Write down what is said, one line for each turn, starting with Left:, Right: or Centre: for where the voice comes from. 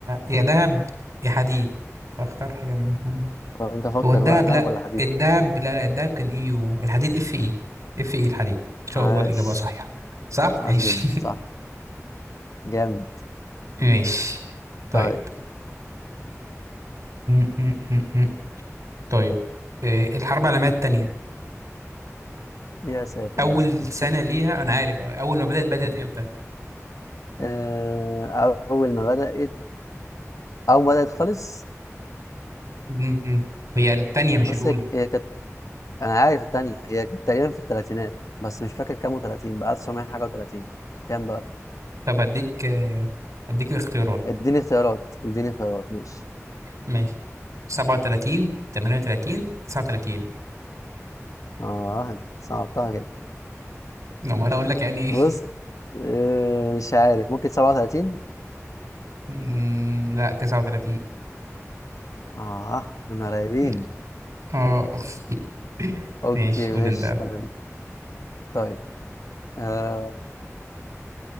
Right: يا دهب يا حديد فاختار حاجة منهم
Left: طب انت فكر
Right: هو الدهب
Left: بقى ذهب
Right: لأ
Left: ولا حديد
Right: الدهب لا لا الدهب كان إيه يو الحديد اف اي اف اي الحديد إن شاء
Left: عاش
Right: الله الإجابة صحيحة صح؟
Left: عاش
Right: ماشي
Left: جدا صح جامد
Right: <laughs> ماشي طيب
Left: طيب
Right: <laughs> طيب آه، الحرب العالمية التانية
Left: يا ساتر
Right: أول
Left: يا ساتر
Right: سنة ليها أنا عارف آه، أول ما بدأت بدأت إمتى؟
Left: آه اول ما بدات اول ما بدات خالص
Right: م- م. هي التانية مش
Left: بص
Right: الأولى
Left: هي كانت انا عارف التانية هي كانت تقريبا في الثلاثينات بس مش فاكر كام و30 بقى 900 حاجه و30 كام بقى
Right: طب أديك آه، أديك اختيارات
Left: اديني اختيارات اديني اختيارات مش
Right: ماشي 37 38 39
Left: اه انت صعبتها كده
Right: لا، ولا أقول لك يعني إيه
Left: بص آه، مش عارف ممكن 37
Right: <laughs> م، لا 39
Left: اه احنا قريبين
Right: م. أه <laughs>
Left: اوكي
Right: ماشي
Left: مش
Right: قول أنت يلا.
Left: تمام طيب آه